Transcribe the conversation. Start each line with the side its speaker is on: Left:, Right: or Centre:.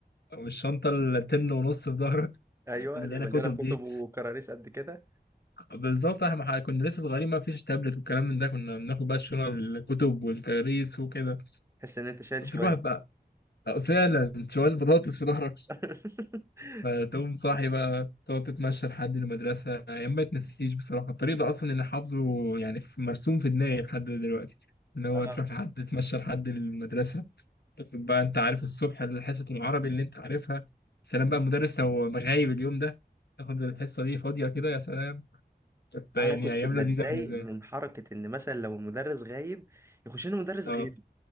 Left: والشنطه التن ونص في ظهرك
Right: <laughs> ايوه
Left: مليانه
Right: اللي مليانه
Left: كتب
Right: كتب
Left: دي
Right: وكراريس قد كده
Left: بالظبط احنا مح- كنا لسه صغيرين ما فيش تابلت والكلام من ده كنا بناخد بقى الشنط الكتب والكراريس وكده
Right: تحس ان انت شايل شوال
Left: تروح بقى آه، فعلا شوال بطاطس في ظهرك
Right: <laughs>
Left: فتقوم صاحي بقى تقعد تتمشى لحد المدرسة أيام ما تنسيش بصراحة الطريق ده أصلا اللي حافظه يعني في- مرسوم في دماغي لحد دلوقتي إن هو
Right: اه
Left: تروح لحد تتمشى لحد المدرسة تاخد بقى أنت عارف الصبح حصة العربي اللي أنت عارفها سلام بقى المدرس لو غايب اليوم ده تاخد الحصة دي فاضية كده يا سلام كانت يعني
Right: انا كنت
Left: أيام
Right: بتضايق
Left: لذيذة بالنسبة
Right: من
Left: لي
Right: حركه ان مثلا لو المدرس غايب يخش لنا مدرس
Left: أه
Right: غيري